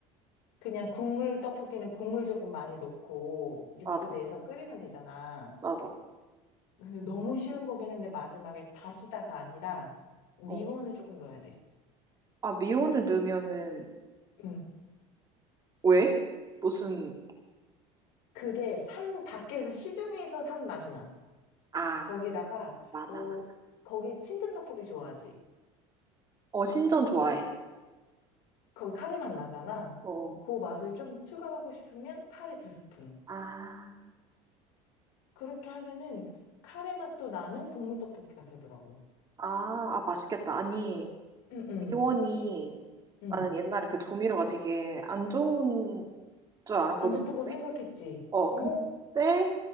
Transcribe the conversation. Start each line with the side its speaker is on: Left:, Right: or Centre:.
Left: 그냥 국물 떡볶이는 국물 조금 많이 넣고 육수
Right: 맞아,
Left: 내서 끓이면 되잖아.
Right: 맞아.
Left: 근데 너무 쉬운 거긴 한데 마지막에 다시다가 아니라 미원을
Right: 어.
Left: 조금 넣어야 돼.
Right: 아, 미온을 넣으면은,
Left: 응.
Right: 왜? 무슨,
Left: 그게 산 밖에서 시중에서 산 맛이 나.
Right: 아,
Left: 거기다가
Right: 맞아,
Left: 너
Right: 맞아.
Left: 거기 친든 떡볶이 좋아하지?
Right: 어, 신전 좋아해.
Left: 거기 카레 맛 나잖아.
Right: 어,
Left: 그 맛을 좀 추가하고 싶으면 카레 두 스푼.
Right: 아,
Left: 그렇게 하면은 카레 맛도 나는 국물 떡볶이가 되더라고.
Right: 아, 아, 맛있겠다. 아니,
Left: 응응 응.
Right: 미원이,
Left: 응.
Right: 나는 옛날에 그 조미료가 되게 안 좋은 줄 알았거든,
Left: 안 좋다고
Right: 몸에.
Left: 생각했지.
Right: 어,
Left: 어,
Right: 근데